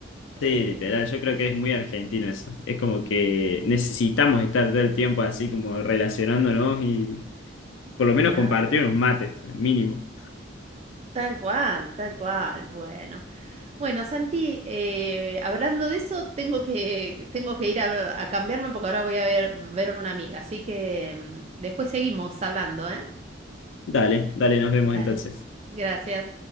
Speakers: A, on the left (about 80°); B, on the right (about 35°).
A: Sí,
B: Eh,
A: literal, yo creo que es muy argentino eso. Es como que necesitamos estar todo el tiempo así como relacionándonos y por lo menos
B: claro,
A: compartir unos mates, mínimo.
B: tal cual, tal cual. Bueno. Bueno, Santi, eh, hablando de eso, tengo que, tengo que ir a, a cambiarme porque ahora voy a ver, ver a una amiga. Así que mm, después seguimos hablando, ¿eh?
A: Dale, dale, nos vemos
B: Dale.
A: entonces.
B: Gracias.